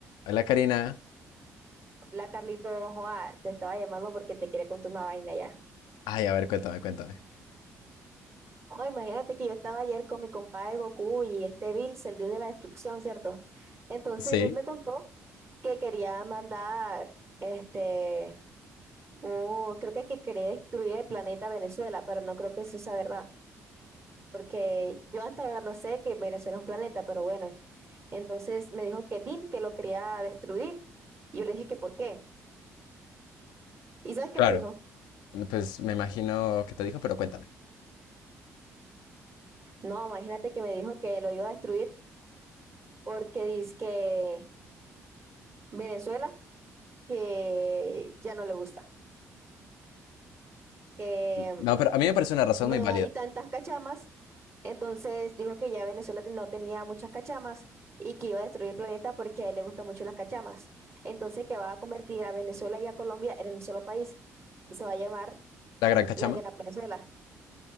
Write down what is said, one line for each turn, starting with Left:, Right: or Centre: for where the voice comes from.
Left: Hola Karina.
Right: Hola Carlito, joa, te estaba llamando porque te quería contar una vaina ya.
Left: Ay, a ver, cuéntame, cuéntame.
Right: Joa, imagínate que yo estaba ayer con mi compadre Goku y este Bills, el dios de la destrucción, ¿cierto? Entonces
Left: Sí,
Right: Bill me contó que quería mandar, este, un- creo que, que quería destruir el planeta Venezuela, pero no creo que eso sea verdad, porque yo hasta ahora no sé que Venezuela es un planeta, pero bueno. Entonces me dijo que Tin, que lo quería destruir. Y yo le dije que por qué. ¿Y sabes qué
Left: claro.
Right: me dijo?
Left: Pues me imagino que te dijo, pero cuéntame.
Right: No, imagínate que me dijo que lo iba a destruir porque dice que Venezuela, que ya no le gusta, que
Left: No, pero a mí me parece una razón
Right: mm, no
Left: muy válida.
Right: hay tantas cachamas, entonces dijo que ya Venezuela no tenía muchas cachamas y que iba a destruir el planeta porque a él le gustan mucho las cachamas. Entonces que va a convertir a Venezuela y a Colombia en un solo país y se va a llamar
Left: ¿La Gran Cachama?
Right: la Gran Venezuela.